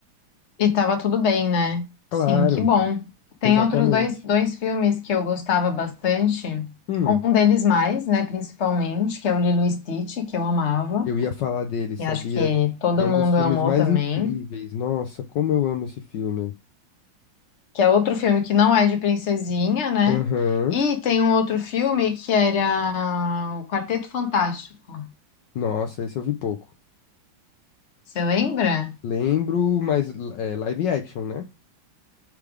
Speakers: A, on the left (about 40°); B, on the left (about 70°).
A: E tava tudo bem, né?
B: Claro,
A: Sim, que bom. Tem
B: exatamente.
A: outros dois, dois filmes que eu gostava bastante.
B: Hum,
A: Um deles mais, né, principalmente, que é o Lilo e Stitch, que eu amava.
B: eu ia falar dele, sabia?
A: E acho que todo
B: É um
A: mundo
B: dos filmes
A: amou
B: mais
A: também.
B: incríveis. Nossa, como eu amo esse filme.
A: Que é outro filme que não é de princesinha, né?
B: Aham.
A: E tem um outro filme que era o Quarteto Fantástico.
B: Nossa, esse eu vi pouco.
A: Você lembra?
B: Lembro, mas é live action, né?